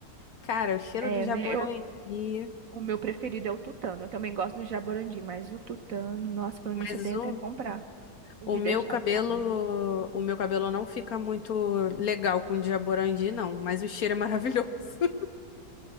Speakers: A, on the left; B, on the right.
A: Cara, o cheiro
B: É,
A: do jaborandi.
B: né, eu, o meu preferido é o tutano. Eu também gosto do jaborandi, mas o tutano, nossa, falando
A: Mas
B: nisso, eu tenho
A: o,
B: até que comprar. O
A: o
B: de
A: meu
B: deixar
A: cabelo,
B: pro cabelo.
A: o meu cabelo não fica muito legal com o de jaborandi, não. Mas o cheiro é maravilhoso. <laughs>